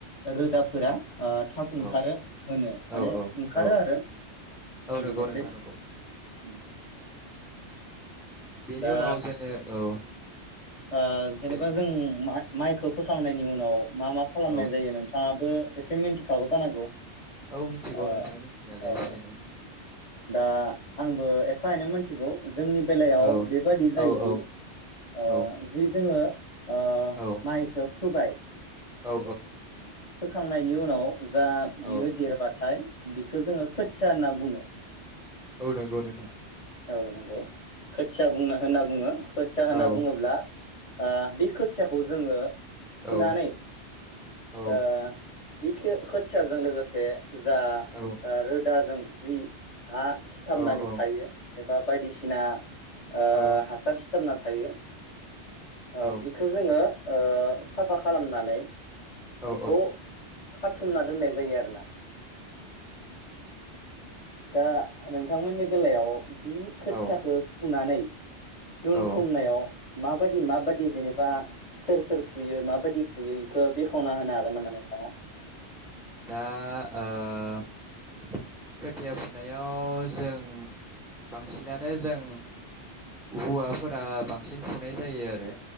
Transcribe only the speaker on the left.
रोदाफोरा ओ थाब ओंखारो
होनो
माने
ओंखारो
आरो
बेनोसै
उम
दा
ओ जेनेबा
जों माहा माइ खोब फोखांनायनि उनाव मा मा खालामनाय
जायो नोंथाङाबो एसे मिन्थिखागौ जानांगौ
ओ
औ।
आ आंबो एफा एनै मोनथिगौ। जोंनि बेलायाव
बेबादि जायोदि
ओ
जि जोङो ओ
माइखो फोबाय
फोखांनायनि उनाव जा बियो
देरबाथाय बिखौ जोंङो खोया होनना बुङो।
औ नंगौ खोथिया बुंना होनना बुंङो। खोथिया होनना
बुङोब्ला ओ बे खोथियाखौ जोंङो फुनानै
ओ बे खोथियाजों लोगोसे बे जा
रोदा जों जि हा सिथामनानै
थायो। एबा बायदिसिना ओ
हासार सिथाबना थायो। ओ
बिखौ जोंङो ओ साफा खालामनानै
ज' खाथुमना दोननाय जायो आरोना। दा नोंथांमोननि बेलायाव बि खोथियाखौ
फुनानै दोनथुमनायाव
माबायदि माबादि जेनेबा सोर सोर फुयो माबायदि फुयो बेखौ बे मखना होनो हागोन नामा नोंथाङा।